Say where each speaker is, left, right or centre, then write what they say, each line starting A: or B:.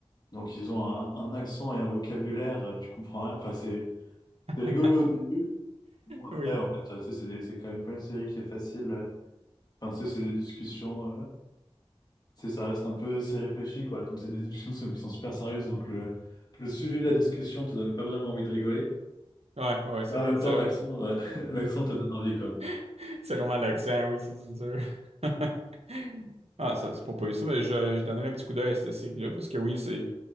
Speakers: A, on the left (about 40°); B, on the right (about 80°).
A: Donc ils ont un, un accent et un vocabulaire, euh, tu comprends rien. Enfin, c'est c'est rigolo
B: <laughs>
A: au début. mais Bon, après,
B: Oui,
A: en fait, euh, tu sais, c'est des- c'est quand même pas une série qui est facile. euh. Enfin, tu sais, c'est des discussions. euh, tu sais, ça reste un peu, c'est réfléchi, quoi. Donc c'est des discussions qui sont qui sont super sérieuses. Donc le, le sujet de la discussion te donne pas vraiment envie de rigoler.
B: ouais, ouais, c'est
A: Mais en
B: vrai.
A: même
B: C'est
A: temps, l'accent,
B: vrai-
A: euh, <laughs> l'accent te donne envie, quoi.
B: <laughs> c'est vraiment l'accent, oui, ça, c'est sûr. <laughs> Ah, ça, c'est pas pour ça, mais je, je donnerai un petit coup d'œil à cette série-là, parce que oui, c'est